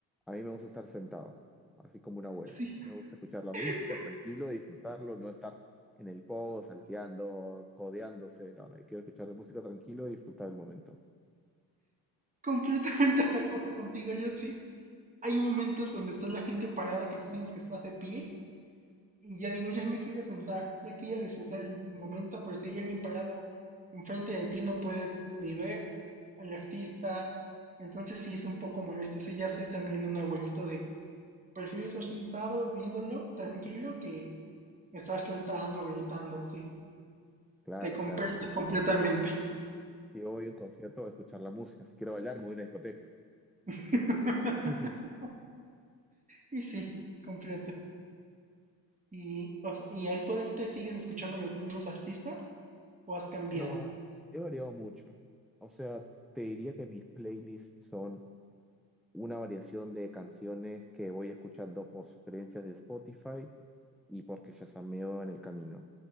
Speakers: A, in the centre; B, on the right.
A: a mí me gusta estar sentado, así como un abuelo.
B: Sí,
A: Me gusta escuchar la
B: <laughs>
A: música tranquilo, disfrutarlo, no estar en el pogo, salteando, codeándose. No, no, yo quiero escuchar la música tranquilo y disfrutar el momento.
B: completamente de acuerdo contigo, yo sí. Hay momentos donde está la gente parada que tú tienes que estar de pie Y ya digo, ya me quería sentar, ya quería disfrutar el momento, pero si hay alguien parado enfrente de ti, no puedes ni ver al artista. Entonces sí es un poco molesto. Sí, ya soy también un abuelito de prefiero estar sentado viéndolo tranquilo que estar saltando, gritando. Sí,
A: Claro,
B: te comprendo
A: claro. Si,
B: completamente.
A: si voy a un concierto, voy a escuchar la música. Si quiero bailar, me voy a una discoteca.
B: <laughs>
A: <laughs>
B: y sí, completa. Y, o sea, ¿Y actualmente sigues escuchando los mismos artistas o has cambiado?
A: No, he variado mucho. O sea, te diría que mis playlists son una variación de canciones que voy escuchando por sugerencias de Spotify y porque yazameo en el camino.